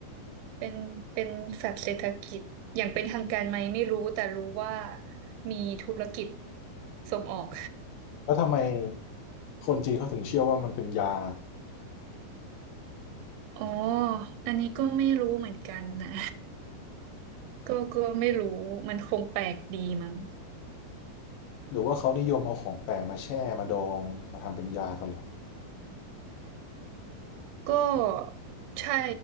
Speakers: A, on the right (about 80°); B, on the left (about 80°).
A: เป็นเป็นสัตว์เศรษฐกิจ อย่างเป็นทางการไหมไม่รู้แต่รู้ว่ามีธุรกิจส่งออก
B: แล้วทำไมคนจีนเขาถึงเชื่อว่ามันเป็นยา
A: อ๋อ อันนี้ก็ไม่รู้เหมือนกันนะ ก็ก็ไม่รู้มันคงแปลกดีมั้ง
B: หรือว่าเขานิยมเอาของแปลกมาแช่มาดองมาทำเป็นยากันหรอ
A: ก็ใช่